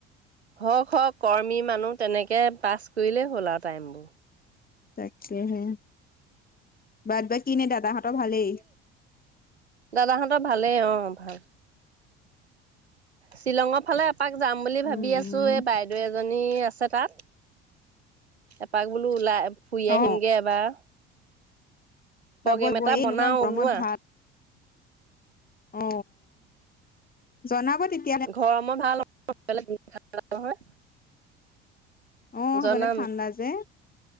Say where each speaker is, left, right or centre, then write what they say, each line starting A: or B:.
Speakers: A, on the right (about 90°); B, on the left (about 30°).
A: হওক হওক কৰ্মী মানুহ তেনেকে পাছ কৰিলেই হ'ল আৰু টাইম বোৰ।
B: তাকেহে বাদ বা কি এনেই দাদা হঁতৰ ভালেই।
A: দাদা হঁতৰ ভালেই অ ভাল। শ্বিলঙৰ ফালে এপাক যাম বুলি
B: উম
A: ভাবি আছো
B: উম
A: এই বাইদেউ এজনী আছে তাত। এপাক বোলো ওলাই ফুৰি
B: অ
A: আহিমগে এবাৰ।
B: যাব
A: প্ৰগ্ৰেম
B: যাব
A: এটা
B: এই এনেকুৱা
A: বনাও
B: গৰমত
A: ওলোৱা
B: ভাল অ জনাব তেতিয়া।
A: ঘৰ মই ভাল নহয় <inaudible>
B: অ
A: জনাম
B: সিফালে ঠাণ্ডা যে।